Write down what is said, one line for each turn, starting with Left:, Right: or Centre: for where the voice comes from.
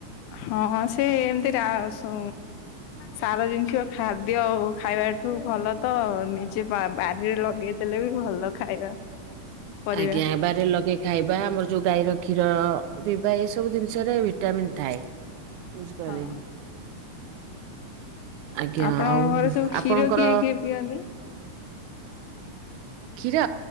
Left: ହଁ ସେ ଏମିତି ରା ସୁ ସାର ଜିନିକ୍ଷ ଖାଦ୍ୟ ଖାଇବାଠୁ ଭଲ ତ ନିଜେ ବା -ବାଡ଼ିରେ ଲଗେଇ ହେଲେ ବି ଭଲ। ଖାଇବା ପରିବା
Right: ଆଜ୍ଞା ବାରିରେ ଲଗେଇ ଖାଇବା ଆମର ଯୋଉ ଗାଈର କ୍ଷୀର ପିଇବା, ଏଇ ସବୁ ଜିନିଷରେ ଭି ଟାମିନ୍ ଥାଏ। ବୁଝିପାରିଲେ
Left: ହଁ
Right: କି? ଆଜ୍ଞା
Left: ଆପଣଙ୍କ
Right: ଆଉ
Left: ଘରେ ସବୁ କ୍ଷୀର
Right: ଆପଣଙ୍କର
Left: କିଏ କିଏ ପିଅନ୍ତି?
Right: କ୍ଷୀର?